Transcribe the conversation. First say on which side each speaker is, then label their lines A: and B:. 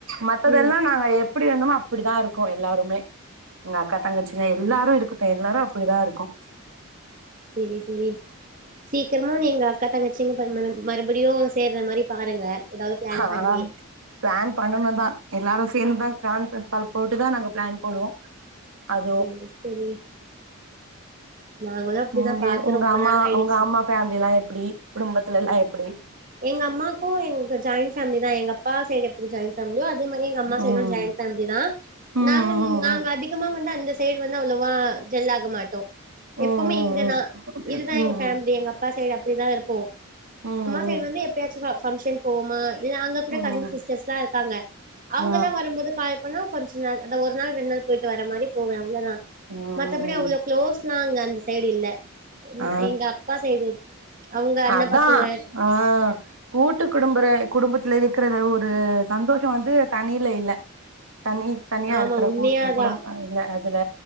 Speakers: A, on the right; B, on the right.
A: மத்ததெல்லா
B: ம்
A: நாங்க எ எப்படி இருந்தோமோ அப்படித்தா இருக்கோ எல்லாருமே எங்க அக்கா தங்கச்சிங்க எல்லாரு இருக்கட்டு எல்லாரு அப்டிதா இருக்கோ
B: சரி செரி சீக்கிரமா நீ எங்க அக்கா தங்கச்சிங் ம மறு மறுபடியு சேர்ற மாரி பாருங்க ஏதாவது பிளான்
A: ஆ
B: பண்ணி
A: பிளான் பண்ணணுதா எல்லாரும் சேந்துதா கான்பரன்ஸ் கால் போட்டுதா நாங்க பிளான் போடுவோ அதுவு
B: செரி செரி நாங்களு அப்டிதா
A: நீங்க
B: பாத்து
A: உங்க
B: ரொம்ப
A: அம்மா
B: நாள் ஆயிடுச்சு
A: உங்க அம்மா ஃபேமிலி எல்லா எப்பிடி குடும்பத்த இதெல்லா எப்பிடி
B: எங்க அம்மாக்கு எங்க ஜாயிண்ட் பேமிலி தா எங்க அப்பா சைடு எப்பிடி ஜாயிண்ட் ஃபேமிலியோ அதே மாரி எங்க அம்மா
A: ம் ம்
B: சைடு ஜாயின்ட் ஃபேமிலிதா
A: ம் ம்
B: நா நாங்க அதிகமா வந்து அந்த சைடு வந்து அவ்ளோவா ஜெல்லாக மாட்டோ
A: ம் ம்
B: எப்பவுமே இங்கதா இதுதா
A: ம் ம்
B: எங்க ஃபேமிலி எங்க அப்பா சைடு அப் அப்படி தா இருப்போ
A: ம்
B: சைடு வந்து எப்பயாச்சு ஃபங்சன் போவமா இல்ல அங்க கூட
A: ம்
B: கசின்
A: ம்
B: சிஸ்டர்ஸ் எல்லா இருக்காங்க அவங்க
A: ஆ
B: எல்லா வரும்போது கால் பன்னா கொஞ்ச நாள் அத ஒரு நாள் ரெண்டு நாள் போயிட்டு வர மாரி போவே அவ்வளதா
A: ம்
B: மத்தபடி அவ்ளோ குளோஸ்லா அங்க அந்த சைடு இல்ல ம்
A: ஆ
B: எங்க அப்பா சைடு அவங்க அண்ண
A: அதா
B: பசங்க
A: ஆ கூட்டு குடும்பர குடும்பத்துல இருக்கிறத ஒரு சந்தோஷோ வந்து தனியில இல்ல தனி தனியா
B: ஆமா
A: இருக்கிற
B: உண்மையாதா
A: கு குடும்போ இல்ல அதுல